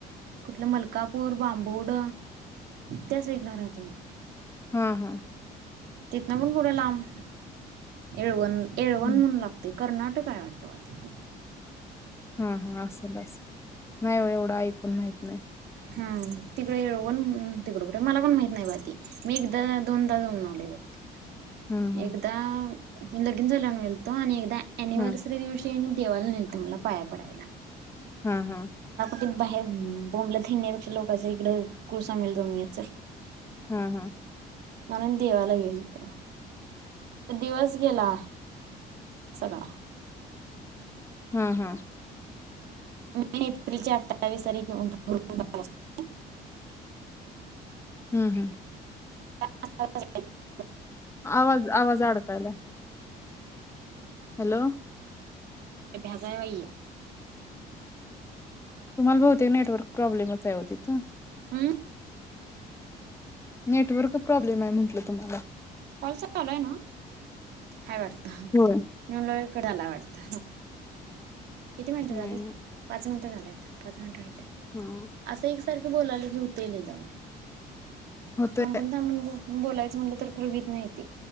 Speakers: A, on the right; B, on the left.
A: कुठलं मलकापूर, बांबवड त्या साईडला राहतय तेे.
B: हा, हा.
A: तिथन पण पुढ लांब. येळवण येळवण
B: हम्म.
A: म्हणून लागतंय. कर्नाटक हाय वाट तवा तिन
B: हा, हा. असेल, असेल. नाही ओ एवढं ऐक कोण माहित नाही.
A: हम्म तिकडं येळवण म्हणून तिकड कुठ आहे. मला पण माहित नाही बा ते मी एकदा, दोनदा जाऊन आलोय बघा तिकडं.
B: हम्म हम्म
A: एकदा लगीन झाल्यावर गेलतो आणि एकदा एनिव्हर्सरी
B: हम्म
A: दिवशी हेनी देवाला नेलत मला पाया पडायला.
B: हम्म हम्म
A: इथं बाहेर बोंबलत फिरण्यापेक्षा लोकांच्या इकड कुलस्वामीला जाऊन येऊया चल.
B: ह ह
A: म्हणून देवाला गेलतो. दिवस गेला सगळा
B: हा हा
A: मे, एप्रिल च्या अठ्ठावीस तारीख किंवा
B: हम्म हम्म
A: <unintelligible>
B: आवाज आवाज अडकायलाय हॅलो
A: भ्याच हाय बाई हे.
B: तुम्हाला बहुतेक नेटवर्क प्रॉब्लेमच आहे ओ तिथ.
A: हम
B: नेटवर्क प्रॉब्लेम आहे म्हंटलं तुम्हाला
A: कॉल चालू आहे नव्हं? हाय वाटतं.
B: होय
A: मी म्हटलोय कड आला वाटत किती मिनिटं झालेत.
B: नाही नाही
A: पाच मिनिटं झाले अता पाच मिनिटं राहिल्यात.
B: हा
A: असं एकसारख तु बोलाली की होतय लई जाऊदे.
B: होतय
A: थांबून थांबून बो बोलायचं म्हटलं तर फुर व्हित नाही ते